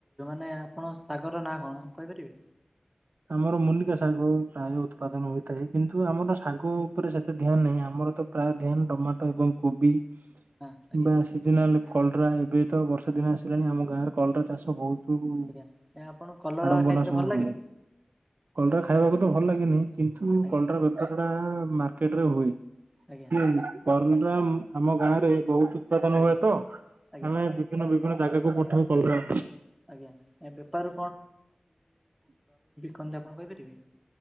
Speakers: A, in the centre; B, on the right (about 75°).
A: ନାଇ ଆପଣ ଶାଗର ନାଆ କଣ କହିପାରିବେ?
B: ଆମର ମୁର୍ଣ୍ଣକା ଶାଗ ପ୍ରାୟ ଉତ୍ପାଦନ ହୋଇଥାଏ, କିନ୍ତୁ ଆମର ଶାଗ ଉପରେ ସେତେ ଧ୍ୟାନ ନାହିଁ। ଆ ମର ତ ପ୍ରାୟ ଧ୍ୟାନ ଟମାଟୋ ଏବଂ କୋବି କିମ୍ବା
A: ହଁ ଆଜ୍ଞା
B: ସିଜନାଲ କଲରା ଏବେ ତ ବର୍ଷା ଦିନ
A: ଆଜ୍ଞା
B: ଆସିଲାଣି ଆମ ଗାଁରେ କଲରା ଚାଷ ବହୁତ ହୁଉ
A: ଆଜ୍ଞା ଆପଣ କଲରା
B: ଆଡ଼ମ୍ବନା
A: ଖାଇତେ
B: ସହ
A: ଭଲ ଲାଗେ
B: ହୁଏ। କଲରା ଖାଇବାକୁ ତ ଭଲ ଲାଗେନି କିନ୍ତୁ
A: ଆଜ୍ଞା
B: କଲରା ବେପାର ଟା ମାର୍କେଟ ରେ ହୁଏ।
A: ଆଜ୍ଞା
B: <unintelligible> କଲରା ଆମ ଗାଁ ରେ ବହୁତ ଉତ୍ପାଦନ
A: ଆଜ୍ଞା
B: ହୁଏ ତ
A: ଆଜ୍ଞା
B: ଆମେ ବିଭିନ୍ନ ବିଭିନ୍ନ ଜାଗାକୁ ପଠାଉ କଲରା।
A: ଆଜ୍ଞା ବେପାରରୁ କ'ଣ ଯେ ଆପଣ କହିପାରିବେ?